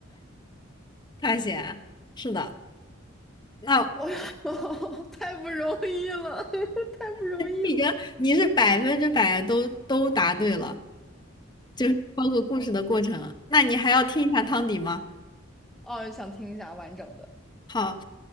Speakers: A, on the left; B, in the centre.
A: 探险。是的，那、
B: 哦，呦，<laughs> 太不容易了，<laughs> 太不容易了。
A: 已经你是百分之百都都答对了，就是包括故事的过程。那你还要听一下汤底吗？
B: 哦，想听一下完整的。
A: 好。